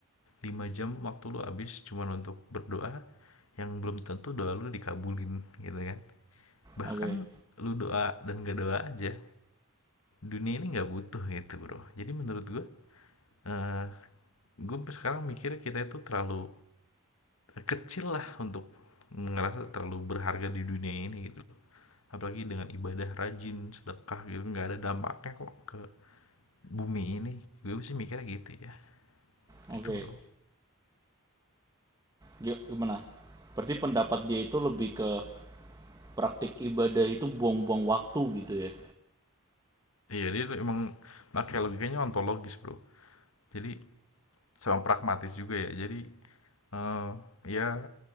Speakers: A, on the left; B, on the right.
A: lima jam waktu lu habis cuman untuk berdoa yang belum tentu doa lu dikabulin gitu kan bahkan
B: Oke.
A: lu doa dan gak doa aja dunia ini nggak butuh gitu bro jadi menurut gue eh gue sekarang mikir kita itu terlalu kecil lah untuk ngerasa terlalu berharga di dunia ini gitu apalagi dengan ibadah rajin sedekah gitu nggak ada dampaknya kok ke bumi ini gue sih mikirnya gitu ya
B: Oke.
A: gitu bro
B: Gi- Gimana? Berarti pendapat dia itu lebih ke praktik ibadah itu buang-buang waktu gitu ya.
A: iya dia emang makanya logikanya ontologis bro jadi sama pragmatis juga ya jadi eh, ya